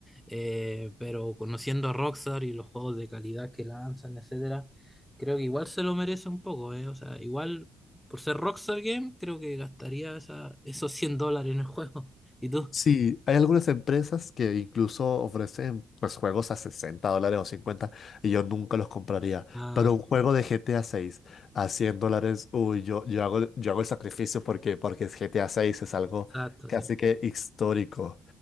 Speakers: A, in the centre; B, on the left.
A: Eh, pero conociendo a Rockstar y los juegos de calidad que lanzan, etcétera, creo que igual se lo merece un poco, eh. O sea, igual por ser Rockstar Game, creo que gastaría esa- esos 100 dólares en el juego. <laughs> ¿Y tú?
B: Sí, hay algunas empresas que incluso ofrecen pues, juegos a 60 dólares o cincuenta y yo nunca los compraría.
A: Ah,
B: Pero un
A: sí,
B: juego de GTA 6 a seis a 100 dólares, uy, yo, yo hago, yo hago el sacrificio porque, porque es GTA 6 es algo
A: exacto,
B: casi
A: sí.
B: que histórico.